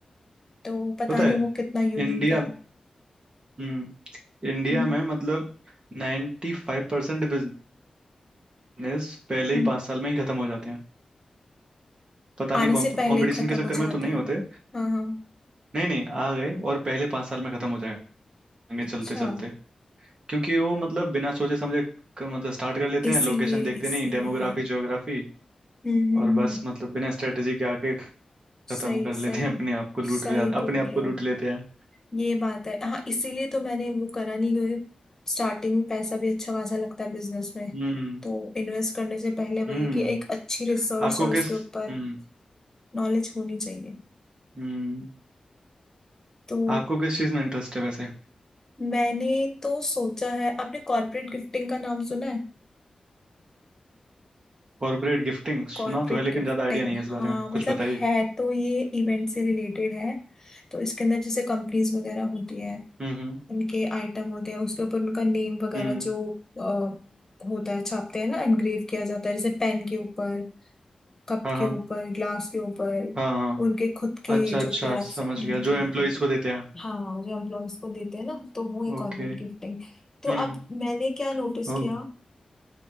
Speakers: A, on the left; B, on the right.
A: तो पता
B: पता
A: नहीं
B: है
A: वो कितना यूनिक
B: इंडिया
A: है
B: हम्म इंडिया
A: हम्म
B: में मतलब 95% five percent business पहले
A: हम्म
B: ही पाँच साल में ही खत्म हो जाते हैं पता
A: आने
B: नहीं
A: से पहले
B: कंपटीशन
A: ही खत्म
B: के चक्कर
A: हो जाते
B: में तो नहीं
A: हैं
B: होते
A: हाँ हाँ
B: नहीं नहीं आ गए और पहले पाँच साल में खत्म हो जाएंगे
A: अच्छा
B: चलते चलते क्योंकि वो मतलब बिना सोचे समझे क- मतलब स्टार्ट कर लेते
A: इसीलिए
B: हैं लोकेशन देखते
A: इसीलिए
B: नहीं डेमोग्राफी ज्योग्राफी
A: हम्म हम्म
B: और
A: हम्म
B: बस मतलब बिना स्ट्रेटेजी के आके खत्म
A: सही
B: कर लेते
A: सही
B: हैं अपने आप को लूट
A: सही
B: ले अपने
A: बोल
B: आप
A: रहे
B: को
A: हो
B: लूट लेते हैं
A: ये बात है हाँ इसीलिए तो मैंने वो करा नहीं क्योंकि स्टार्टिंग में पैसा भी अच्छा खासा लगता है बिजनेस में
B: हम्म
A: तो इन्वेस्ट करने से पहले वही
B: हम्म
A: है कि एक अच्छी रिसर्च
B: आपको
A: और उसके
B: किस
A: ऊपर
B: हम्म
A: नॉलेज होनी चाहिए
B: हम्म
A: तो
B: आपको किस चीज में इंटरेस्ट है वैसे
A: मैंने तो सोचा है आपने कॉर्पोरेट गिफ्टिंग का नाम सुना है
B: कॉर्पोरेट गिफ्टिंग सुना
A: कॉर्पोरेट
B: तो है लेकिन
A: गिफ्टिंग
B: ज्यादा आइडिया नहीं है इस
A: हाँ
B: बारे में
A: मतलब
B: कुछ बताइए
A: है तो ये इवेंट से रिलेटेड है तो इसके अंदर जैसे कंपनीज वगैरह होती है
B: हम्म हम्म
A: उनके आइटम होते हैं उसके ऊपर उनका नेम वगैरह
B: हम्म,
A: जो अ, होता है छापते हैं ना एनग्रेव किया जाता है जैसे पेन के ऊपर कप
B: हाँ
A: के
B: हाँ
A: ऊपर ग्लास के ऊपर
B: हाँ हाँ
A: उनके खुद के
B: अच्छा
A: जो
B: अच्छा
A: प्रोडक्ट्स
B: समझ
A: हैं
B: गया
A: उनकी
B: जो एम्प्लॉयज को देते हैं
A: हाँ जो एम्प्लॉयज को देते हैं ना तो वो है
B: ओके
A: कॉर्पोरेट गिफ्टिंग
B: हम्म
A: तो अब मैंने क्या नोटिस
B: ओ
A: किया